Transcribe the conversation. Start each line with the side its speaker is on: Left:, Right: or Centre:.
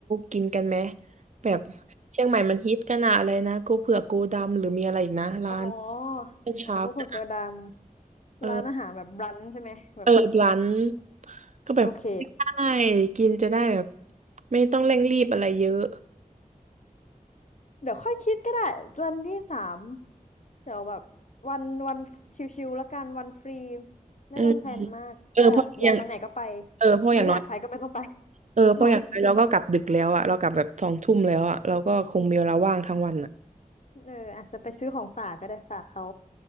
Right: กินกันไหมแบบเชียงใหม่มันฮิตกันอะอะไรนะกูเผือกกูดำหรือมีอะไรอีกนะร้าน
Left: อ๋อ
Right: เช้ากันอะ
Left: อ๋อก็คือกระดาม
Right: เออ
Left: ร้านอาหารแบบรันช์ใช่ไหมแบบ
Right: เออร้านก็แบบ
Left: โอเค
Right: ได้กินจะได้แบบไม่ต้องเร่งรีบอะไรเยอะ
Left: เดี๋ยวค่อยคิดก็ได้วันที่สามเดี๋ยวแบบวันวันชิวๆแล้วกันวันฟรีไม่ต้องแพลนมากถ้าแบบอยากไปไหนก็ไป
Right: อืมเออเพราะอย่างเออเพราะอย่างน้อย
Left: ไม่อยากไปก็ไม่ต้องไป
Right: เออเพราะอย่างน้อยเราก็กลับดึกแล้วอะเรากลับแบบสองทุ่มแล้วอะเราก็คงมีเวลาว่างทั้งวันอะ
Left: <laughs> นอนเอออาจจะไปซื้อของฝากก็ได้ฝากเขา